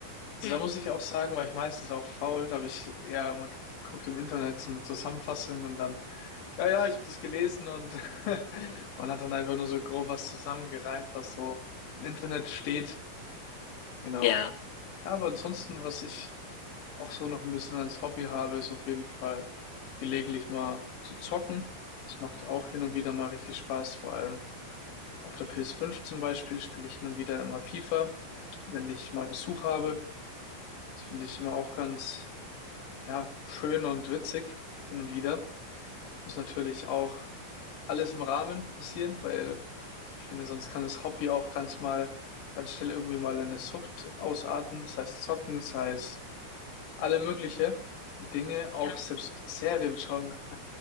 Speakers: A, on the left; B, on the left.
A: Also
B: hm,
A: da muss ich auch sagen, war ich meistens auch faul, da habe ich ja mal geguckt im Internet so eine Zusammenfassung und dann, ja, ja, ich habe das gelesen und <laughs> man hat dann einfach nur so grob was zusammengereimt, was so im Internet steht. Genau.
B: ja.
A: Ja, aber ansonsten, was ich auch so noch ein bisschen als Hobby habe, ist auf jeden Fall gelegentlich mal zu zocken. Das macht auch hin und wieder mal richtig Spaß. Vor allem auf der ps fünf zum Beispiel spiele ich hin und wieder immer FIFA, wenn ich mal Besuch habe. Das finde ich immer auch ganz, ja, schön und witzig hin und wieder. Muss natürlich auch alles im Rahmen passieren, weil ich finde, sonst kann das Hobby auch ganz mal, ganz schnell irgendwie mal in eine Sucht ausarten, sei es zocken, sei es alle mögliche Dinge,
B: Ja.
A: auch selbst Serien schon, <laughs>